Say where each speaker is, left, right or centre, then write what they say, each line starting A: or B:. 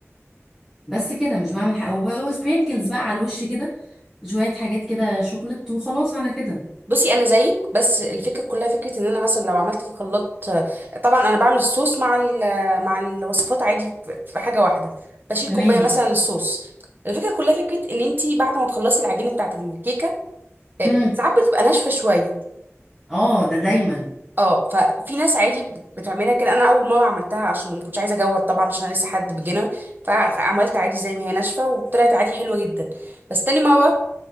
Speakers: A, in the centre; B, on the right (about 40°).
A: بس كده مش بعمل حاجه وسبرينكلز بقى على الوش كده شويه حاجات كده شوكليت وخلاص على كده
B: بصي انا زيك بس الفكره كلها فكره ان انا مثلا لو عملت في الخلاط طبعا انا بعمل الصوص مع ال- مع الوصفات عادي في في حاجه واحده بشيل
A: تمام
B: كوبايه مثلا للصوص الفكره كلها فكره ان انت بعد ما تخلصي العجينه بتاعت الكيكه آه،
A: امم
B: ساعات بتبقى ناشفه شويه
A: اه ده دايما
B: اه ففي ناس عادي بت- بتعملها كده انا اول مره عملتها عشان ما كنتش عايزه اجود طبعا عشان انا لسه حد بجنة فعملت عادي زي ما هي ناشفه وطلعت عادي حلوه جدا بس تاني مره